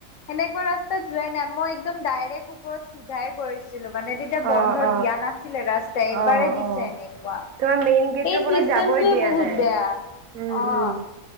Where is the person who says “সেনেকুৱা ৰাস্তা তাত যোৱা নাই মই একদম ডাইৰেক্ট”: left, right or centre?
Left